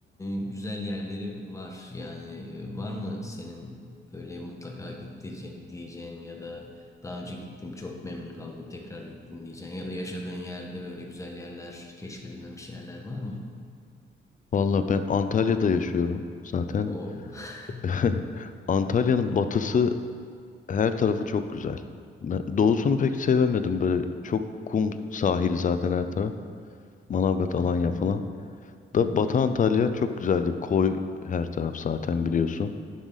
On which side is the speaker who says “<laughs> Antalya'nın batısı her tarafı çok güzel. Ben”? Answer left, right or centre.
Left